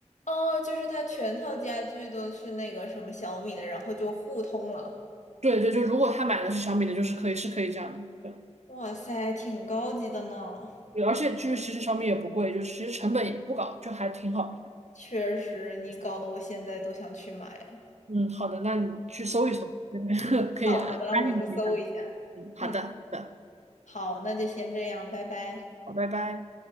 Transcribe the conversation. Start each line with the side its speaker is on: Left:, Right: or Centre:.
Left: 哦，就是它全套家具都是那个什么小米的，然后就互通了。
Right: 对对，就如果他买的是小米的，就是可以是可以这样的，对，
Left: 哇塞，挺高级的呢。
Right: 对而且就是其实小米也不贵，就其实成本也不高，就还挺好的。
Left: 确实，你搞得我现在都想去买了。
Right: 嗯，好的，那你去搜一搜，<laughs> 可以啊安利你一下。
Left: 好的那我去搜一下。
Right: 嗯，
Left: 嗯，
Right: 好的，好的，
Left: 好，那就先这样，拜拜。
Right: 好，拜拜。